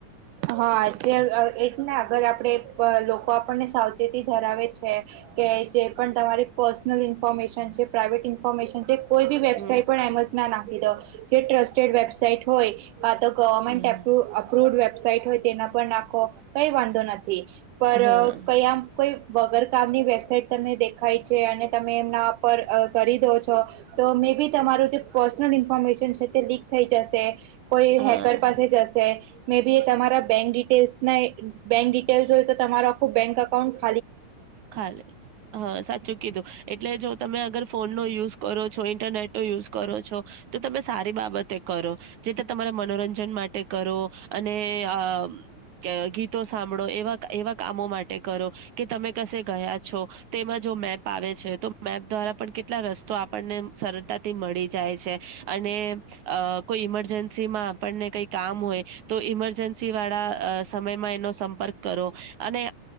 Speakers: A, on the right (about 80°); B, on the right (about 65°).
A: હા જે અહ એટ ને અગર આપડણે પ લોકો આપણને સાવચેતી ધરાવે છે કે જે પણ તમારી પર્સનલ ઈન ફોર્મેશન છે પ્રાઇવેટ ઇન્ફોર્મેશન છે કોઈ ભી વેબાઈટ
B: હમ
A: પણ એમઝ નાખ <unintelligible> જે ટ્રસ્ટેડ વેબસાઈટ હોય કા તો ગવર્મેન્ટ
B: હા
A: એપ્રુવ અપ્રુવ વેબ એપ હોય તેના નાખો કઈ વાંધો નથી પર
B: હા
A: કયા કોઈ વગર કામની વેબસાાઈટ તમને દેખાય છે અને તમે એમના પર કરી દો છો તો મે બી તમારું જે પર્સનલ ઇન્ફોર્મેશન છે તે લીક થઈ જશે કોઈ
B: હા.
A: હેકર પાસે જશે મે બી તમારા બેંક ડિટેલ્સ મેં બેક ડિટેલ્સ હોય તો તમારો આખું બેંક એકાઉન્ટ
B: ખાલે હા સાચું કીધું એટલે જો તમે અગર ફોન નો યુઝ કરો છો ઈન ન્ટરનેટ નો યુઝ કરો છો તો તમે સારી બાબતે કરો જેથી તમારા મનોરંજન માટે કરો અને અહ ક ગીતો સાંભડો એવા એવા કામો માટે કરો કે તમે કસે ગયા છો તેમાં જો મેપ આવે છે તો મેપ દ્વારા પણ કેટલા રસ્તો આપણને સરળતાથી મળી જાય છે અને અહ કોઈ ઈમરજન્સી માં આપણને કઈ કામ હોય તો ઈમરજન્સી વાળા અહ સમયમાં એનો સંપર્ક કરો અહ અને